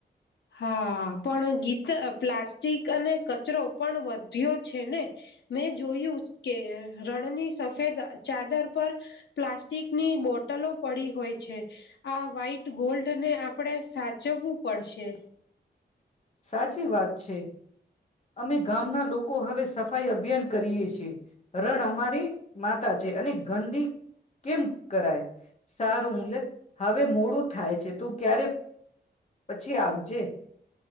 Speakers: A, on the left; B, on the left.
A: હા પણ ગીત પ્લાસ્ટિક અને કચરો પણ વધ્યો છે ને મેં જોયું કે રણની સફેદ ચાદર પર પ્લાસ્ટિકની બોટલો પડી હોય છે આ વ્હાઈટ ગોલ્ડ ને આપણે સાચવવું પડશે.
B: સાચી વાત છે. અમે ગામના લોકો હવે સફાઈ અભિયાન કરીએ છીએ. ગાય અમારી. માતા છે અને ગંદી કેમ કરાય સારુંલે હવે મોડું થાય છે તું ક્યારે પછી આવજે.